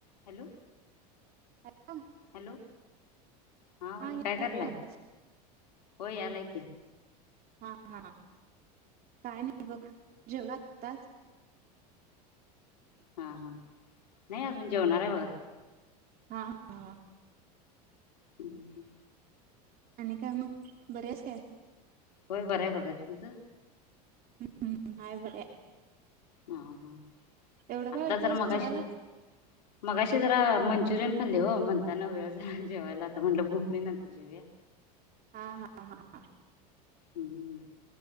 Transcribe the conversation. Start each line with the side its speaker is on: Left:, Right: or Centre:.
Left: Hello
Right: hello
Left: hello हा वहिणी
Right: याला
Left: काय कलाय
Right: का आवाज
Left: होय यालाय की
Right: हा हा काय नाही बघ जगातात
Left: हा हा नाही अजून जेवणार आहे बघा
Right: हा हा
Left: हम्म हम्
Right: आणि काय मग बरच काय
Left: होय बरं आहे बघा तुमच
Right: हम्म हाय बर आहे
Left: हा हा
Right: एवढं का
Left: आत्ता
Right: वेळ केलायस
Left: जर मगाशी
Right: जेवायला
Left: मगाशी जरा मंच्यूरियन खाल्ले ओ. म्हणतान वेळ झाला जेवायला आता म्हंटलं भूक नाही नंतर जेवूया.
Right: हा, हा, हा, हा,
Left: हम्म हम्म.